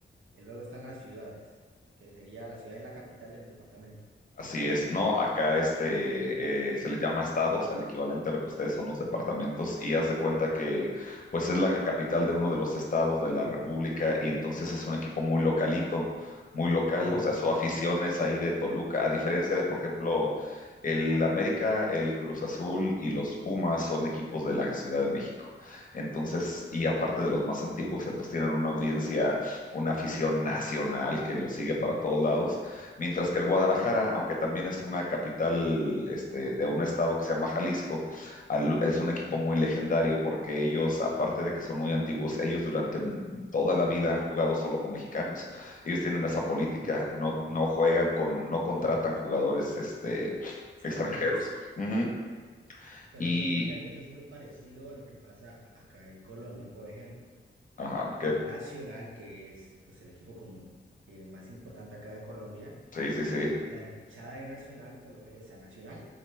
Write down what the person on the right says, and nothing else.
y luego están las ciudades, que sería la ciudad es la capital del departamento.
Mm,
oh,
caramba.
Extranjeros.
Pero
eso, imagínate, eso es muy parecido a lo que pasa acá en Colombia, por ejemplo.
El Nacional, que es pues, el equipo común eh, más importante acá de Colombia,
la hinchada de Nacional, por lo, o sea, Nacional,